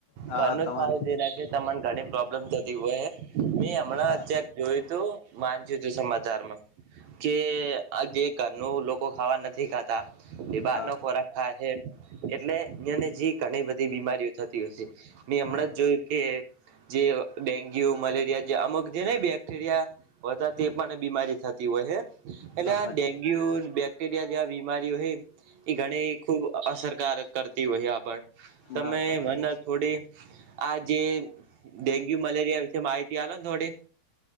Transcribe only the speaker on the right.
ઘરનું
જ ખાવું જે ના કે તમાને ઘણી પ્રોબ્લેમ થતી હોય મે હમણાં
ચેક જોયુ તુ વાંચજો સમાચારમાં. કે આ જે ઘરનું લોકો ખાવા નથી ખાતા
બાર ન ખોરાકાય એટલે <inaudible> ઘણી બધી બીમારીઓ થતી હોશે, મેં
હમણાં જોયું કે જે ડેન્ગ્યુ, મલેરિયા જે અમુક જે ને બે મલેરિયા તે પણ બીમારી થતી હોય છે એટલે
આ
ડેન્ગ્યુ
રિયા જેવા બીમારીઓ એ ઘણી ખૂબ અસરકારક કરતી હોય આપણ તમે
મને થોડી આ જે ડેન્ગ્યુ મલેરિયા વિશે માહિતી હાલો થોડીક.